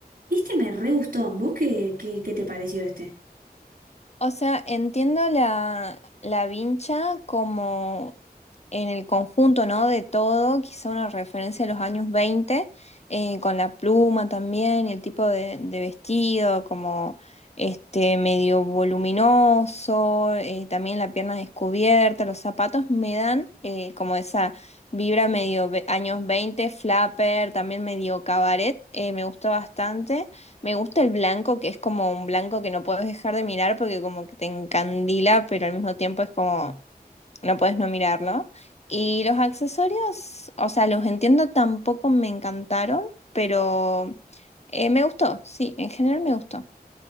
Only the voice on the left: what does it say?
O sea, entiendo la, la vincha como en el conjunto, ¿no? De todo, quizá una referencia a los años 20 eh, con la pluma también y el tipo de, de vestido, como este medio voluminoso, eh, también la pierna descubierta, los zapatos me dan eh, como esa vibra medio ve- años 20 flapper, también medio cabaret, eh, me gustó bastante. Me gusta el blanco, que es como un blanco que no puedes dejar de mirar porque como que te encandila, pero al mismo tiempo es como no puedes no mirarlo. Y los accesorios, o sea, los entiendo, tampoco me encantaron, pero eh, me gustó, sí, en general me gustó.